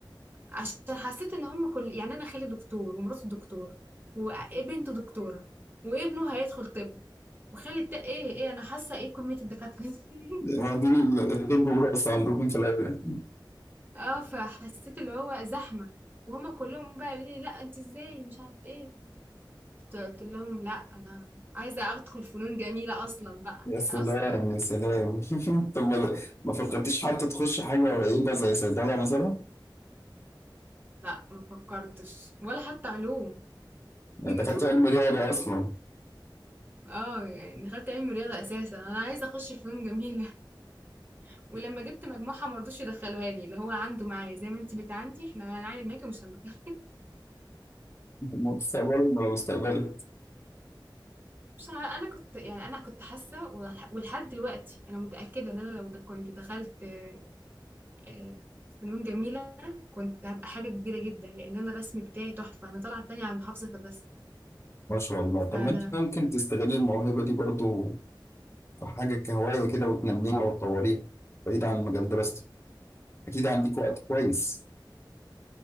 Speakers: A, on the right; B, on the left.
A: عشان حسيت ان هم كل يعني انا خالي دكتور ومراته دكتوره وبنته دكتوره وابنه هيدخل طب وخالي الت... ايه ايه انا حاسه ايه كميه الدكاتره <laughs> دي؟
B: واخدين ال- الطب والرقص عندكم في الاول
A: اه فحسيت اللي هو زحمه وهما كلهم بقى قالوا لي لا انت ازاي مش عارف ايه قلت قلت لهم لا انا عايزه ادخل فنون جميله اصلا بقى
B: يا سلام
A: اصلا
B: يا سلام <laughs> طب ما ما فكرتيش حتى تخش حاجه قريبه زي صيدله مثلا؟
A: لا ما فكرتش ولا حتى علوم
B: يعني
A: <laughs>
B: دخلت علم رياضه اصلا
A: اه يعني دخلت علم رياضة اساسا انا عايزة اخش فنون جميلة <laughs> ولما جبت مجموعة مرضوش يدخلوها لي اللي هو عنده معايا زي ما انت بتعندي احنا هنعاني معاكي ومش هندخل
B: مستقبلهم ولو استقبلت
A: مش عارفة، انا كنت يعني انا كنت حاسة ولح- ولحد دلوقتي انا متأكدة ان انا لو د- كنت دخلت آه، آه، فنون جميلة كنت هبقى حاجة كبيرة جدا لان انا الرسم بتاعي تحفة انا طالعة التانية على المحافظة في الرسم
B: ما شاء الله
A: فانا
B: طب ما انت ممكن تستغل الموهبة دي برضو في حاجة كهواية كده وتنميها وتطوريها بعيد عن مجال دراستك أكيد عندك وقت كويس